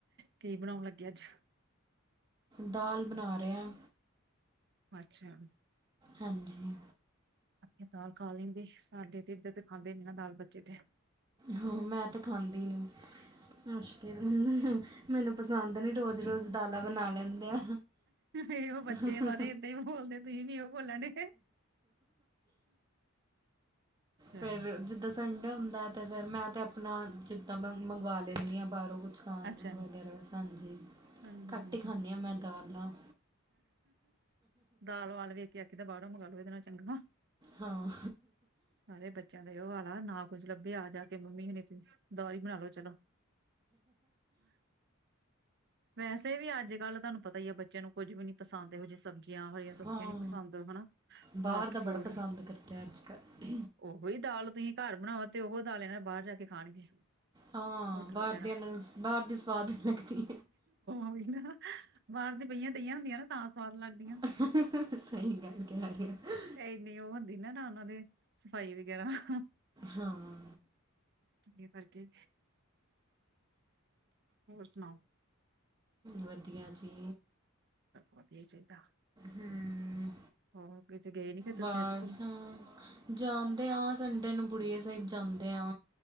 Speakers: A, on the right; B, on the right.
A: ਕੀ ਬਣਾਉਣ ਲੱਗੇ ਅੱਜ
B: ਦਾਲ ਬਣਾ ਰਹੇ ਹੈ
A: ਅੱਛਾ
B: ਹਾਂਜੀ
A: ਅ ਦਾਲ ਖਾ ਲੈਂਦੇ, ਸਾਡੇ ਤੇ ਇਧਰ ਖਾਂਦੇ ਨੇ ਨਾ ਦਾਲ ਬੱਚੇ ਤੇ।
B: ਹਾਂ, ਮੈਂ ਤੇ ਖਾਂਦੀ ਨਹੀ ਮੁਸ਼ਕਿਲ ਹਮ, ਮੈਨੂੰ ਪਸੰਦ ਨੀ ਰੋਜ਼- ਰੋਜ਼ ਦਾਲਾਂ ਬਣਾ ਲੈਂਦੇ ਆ।
A: ਇਹੋ ਬੱਚੇ
B: ਹਮ
A: ਸਾਰੇ ਏਦਾਂ ਹੀ ਬੋਲਦੇ, ਤੁਸੀਂ ਵੀ ਇਹੋ ਬੋਲਣ ਡੇ। ਚਲੋ।
B: ਫਿਰ ਜਿੱਦਾਂ ਸੰਡੇ ਹੁੰਦਾ ਹੈ ਤੇ, ਫਿਰ ਮੈਂ ਤਾਂ ਆਪਣਾ ਜਿੱਦਾਂ ਮ ਮੰਗਵਾ ਲੈਂਦੀ ਹਾਂ ਬਾਹਰੋਂ ਕੁ, <unintelligible>
A: ਅੱਛਾ,
B: ਵਗੈਰਾ ਬਸ ਹਾਂਜੀ
A: ਹੂੰ ਹੂੰ।
B: ਘੱਟ ਹੀ ਖਾਣੀ ਆ ਮੈਂ ਦਾਲ ਨਾਲ਼।
A: ਦਾਲ ਵਾਲ ਵੇਖ ਕੇ ਆਖੀ ਦਾ ਬਾਹਰੋਂ ਮੰਗਾਲੋ ਇਹਦੇ ਨਾਲ ਚੰਗਾ।
B: ਹਾਂ,
A: ਸਾਰੇ ਬੱਚਿਆਂ ਦਾ ਇਹੋ ਹਾਲ ਆ ਨਾ ਕੁੱਝ ਲੱਭਿਆ ਜਾ ਕੇ ਮੰਮੀ ਦਾਲ ਬਣਾ ਲੋ ਚਲੋ ਵੈਸੇ ਵੀ ਅੱਜ ਕੱਲ ਤੁਹਾਨੂੰ ਪਤਾ ਹੀ ਆ ਬੱਚਿਆਂ ਨੂੰ ਕੁੱਝ ਵੀ ਨੀ ਪਸੰਦ ਇਹੋ ਜਿਹੀ ਸਬਜ਼ੀਆਂ ਹਰੀਆਂ। ਸਬਜ਼ੀਆਂ
B: ਹਾਂ
A: ਨੀ ਪਸੰਦ ਹਨਾ
B: ਬਾਹਰ
A: ਫਾਸਟ
B: ਦਾ
A: ਫੂਡ।
B: ਬੜਾ ਪਸੰਦ ਕਰਦੇ ਆ ਅੱਜ ਕੱਲ੍ਹ
A: ਉਹੋ ਹੀ ਦਾਲ ਤੁਸੀਂ ਘਰ ਬਣਾਓ ਤੇ ਉਹੋ ਦਾਲ ਇਹਨਾਂ ਬਾਹਰ ਜਾ ਕੇ ਖਾਣਗੇ।
B: ਹਾਂ,
A: ਹੋਟਲ
B: ਬਾਹਰ
A: ਵਗੈਰਾ
B: ਦੀ ਇਹਨਾਂ ਨੂੰ ਬਾਹਰ ਦੀ ਸਵਾਦ ਲੱਗਦੀ।
A: ਉਹੀ ਨਾ ਬਾਹਰ ਦੀ ਬਹੀਆਂ ਦਈਆਂ ਹੁੰਦੀਆਂ ਨਾ ਤਾਂ ਸਵਾਦ ਲੱਗਦੀਆਂ।
B: ਹੈ ਸਹੀ ਗੱਲ ਕਹਿ ਰਹੇ ਹੋ
A: ਏਨੀ ਉਹ ਹੁੰਦੀ ਨਾ ਓਨਾ ਦੇ। ਸਫਾਈ ਵਗੈਰਾ ਹਾਂ।
B: ਹਾਂ
A: ਇਹ ਕਰਕੇ ਹੋਰ ਸੁਣਾਓ।
B: ਵਧੀਆ ਜੀ।
A: ਵਧੀਆ ਚਾਹੀਦਾ।
B: ਹਮ
A: ਹੋਰ ਕਿਤੇ ਗਏ ਨੀ ਫੇਰ ਤੁਸੀਂ
B: ਬਾਹਰ
A: ਅੱਜ ਘੁੰਮਣ
B: ਹਾਂ ਜਾਂਦੇ ਆ ਸੰਡੇ ਨੂੰ ਬੁੜੀਆਂ ਸਾਹਿਬ ਜਾਂਦੇ ਆ।